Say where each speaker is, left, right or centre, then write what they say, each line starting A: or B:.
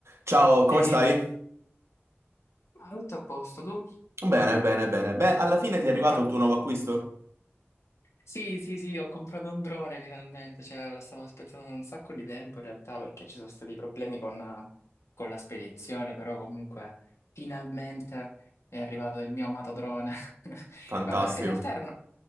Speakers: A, on the right; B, on the left.
A: Ciao, come
B: Ehi,
A: stai?
B: ah, tutto a posto tu?
A: Bene, bene, bene. Beh, alla fine ti è arrivato
B: Ma
A: il tuo nuovo acquisto?
B: sì, sì, sì, ho comprato un drone finalmente, cioè lo stavo aspettando da un sacco di tempo in realtà perché ci sono stati problemi con, con la spedizione, però comunque finalmente è arrivato il mio amato drone. <laughs>
A: Fantastico.
B: Guarda, in realtà era una,